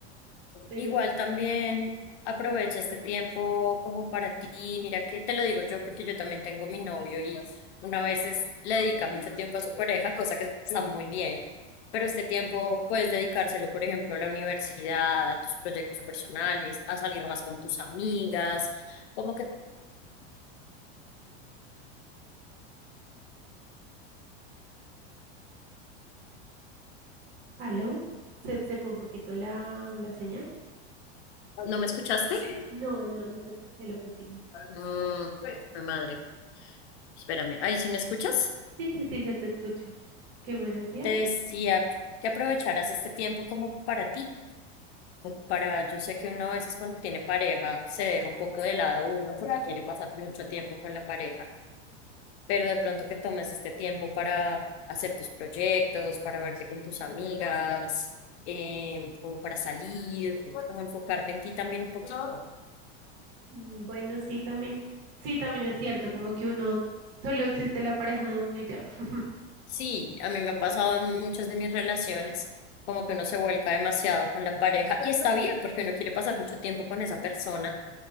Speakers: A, on the right (about 60°); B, on the left (about 70°).
A: Pero
B: Igual
A: es muy...
B: también aprovecha este tiempo como para ti. Mira que te lo digo yo porque yo también tengo mi novio y una vez es- le dedica mucho tiempo a su pareja, cosa que está muy bien. Pero este tiempo puedes dedicárselo, por ejemplo, a la universidad, a tus proyectos personales, a salir más con tus amigas. ¿Cómo que
A: ¿Aló? ¿Se, se fue un poquito la, la señal?
B: no me escuchaste?
A: No, no, no te escuché lo último.
B: Mm, mi madre, espérame. Ay, ¿sí me escuchas?
A: Sí, sí, sí, ya te escucho. ¿Qué me decías?
B: Te decía que aprovecharas este tiempo como para ti. para, yo sé que uno a veces cuando tiene pareja se deja un poco de lado uno porque quiere pasar mucho tiempo con la pareja, pero de pronto que tomes este tiempo para hacer tus proyectos, para verte con tus amigas, eh, como para salir, como enfocarte en ti también un poquito.
A: Mm, Bueno, sí, también, sí, también es cierto, como que uno, solo existe la pareja de uno y ya. <laughs>
B: Sí, a mí me ha pasado en muchas de mis relaciones, como que uno se vuelca demasiado con la pareja y está bien porque uno quiere pasar mucho tiempo con esa persona